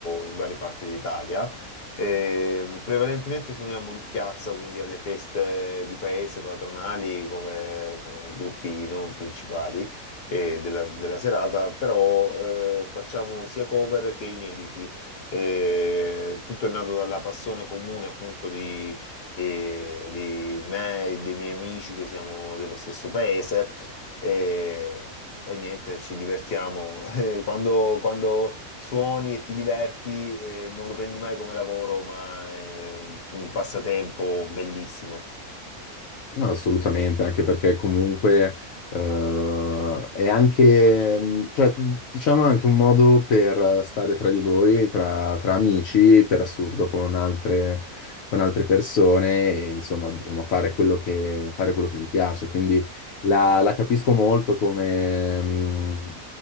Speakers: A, on the left; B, on the left.
A: in varie parti d'Italia. Ehm, prevalentemente suoniamo in piazza, quindi alle feste di paese patronali come, come gruppi non principali eh, della, della serata, però eh, facciamo sia cover che inediti. Eh, tutto è nato dalla passione comune appunto di, eh, di me e dei miei amici che siamo dello stesso paese. E, e niente, ci divertiamo. <laughs> Eh, Quando, quando suoni e ti diverti, eh, non lo prendi mai come lavoro, ma è un passatempo bellissimo.
B: No, assolutamente, anche perché comunque eh, è anche, mh, cioè, mh, diciamo, è anche un modo per stare tra di voi, tra, tra amici, per assurdo, con altre, con altre persone e, insomma, diciamo, fare quello che, fare quello che vi piace. Quindi la, la capisco molto come, mh,